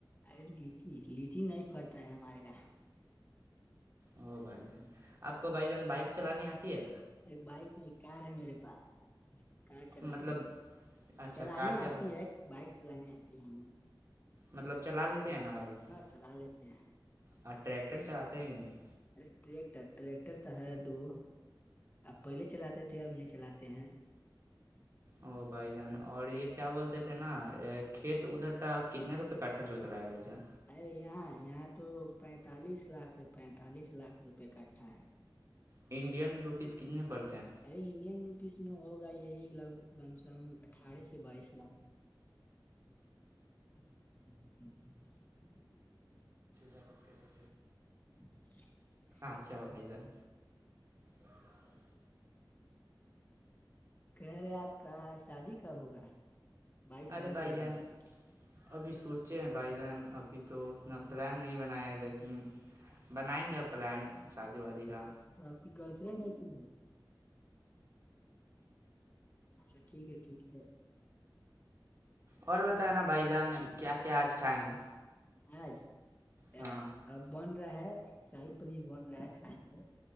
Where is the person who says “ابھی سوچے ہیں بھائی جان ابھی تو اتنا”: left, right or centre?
Right